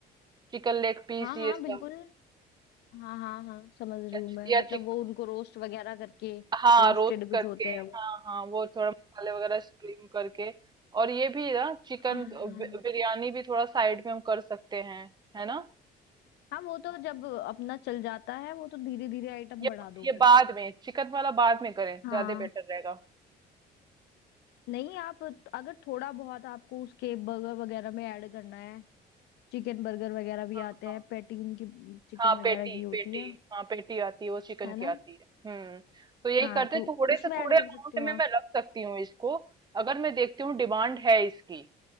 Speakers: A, on the right (about 25°); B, on the left (about 80°).
A: चिकन लेग पीस
B: हाँ
A: ये
B: हाँ
A: सब
B: बिल्कुल हाँ हाँ हाँ समझ रही
A: या,
B: हूँ मैं
A: या
B: मतलब
A: चिक
B: वो उनको रोस्ट वगैरह करके
A: हाँ
B: रोस्टेड
A: रोस्ट
B: कुछ
A: करके
B: होते हैं
A: हाँ
B: वो
A: हाँ वो थोड़ा मसाले वगैरह स्प्रिंग करके और ये भी ना चिकन
B: हाँ
A: बिरयानी भी थोड़ा साइड में हम कर सकते हैं है ना
B: हाँ वो तो जब अपना चल जाता है वो तो धीरे धीरे आइटम
A: ये
B: बढ़ा दो
A: ये
B: फिर
A: बाद में चिकन वाला बाद में करें
B: हाँ
A: ज्यादा बेटर रहेगा
B: नहीं आप अगर थोड़ा बहुत आपको उसके बर्गर वगैरह में ऐड करना है चिकन बर्गर वगैरह भी
A: हाँ
B: आते
A: हाँ।
B: हैं पैटी उनकी चिकन
A: हाँ
B: वगैरह
A: पेटी
B: की होती
A: पेटी
B: है
A: हाँ पेटी आती है वो चिकन
B: है ना
A: की आती है हम्म तो यही
B: हाँ
A: करते
B: तो
A: थोड़े
B: उसमें
A: से
B: ऐड
A: थोड़े
B: कर
A: अमाउंट
B: सकते हो
A: में
B: आप
A: मैं रख सकती हूँ इसको अगर मैं देखती हूँ डिमांड है इसकी